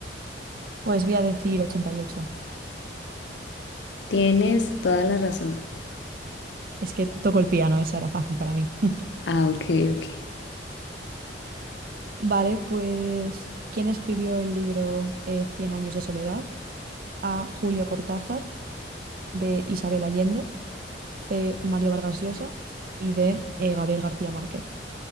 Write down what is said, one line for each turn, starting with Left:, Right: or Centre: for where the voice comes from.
Right: Pues voy a decir 88.
Left: Tienes toda la razón.
Right: Es que toco el piano, esa era fácil para mí. <laughs>
Left: Ah, ok, ok.
Right: Vale, pues ¿quién escribió el libro eh, Cien años de soledad? A, Julio Cortázar, B, Isabel Allende, C, Mario Vargas Llosa y D, eh, Gabriel García Márquez.